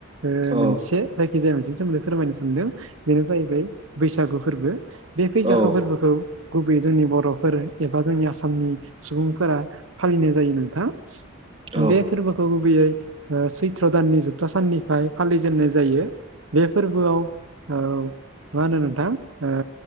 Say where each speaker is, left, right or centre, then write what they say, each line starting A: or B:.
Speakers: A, on the right; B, on the right.
A: ओ
B: औ
A: मोनसे जायखिजाया मोनसेनि सोमोन्दै फोरमायनो सानदों बेनो जाहैबाय बैसागु फोरबो बे बैसागु
B: औ औ
A: फोरबोखौ गुबैयै जोंनि बर'फोर एबा जोंनि आसामनि सुबुंफोरा फालिनाय जायो नोंथां।
B: औ
A: बे फोरबो खौ गुबैयै औ सैत्र' दाननि जोबथा साननिफ्राय फालिजेननाय जायो। बे फोरबोआव औ मा होनो नोंथां ओ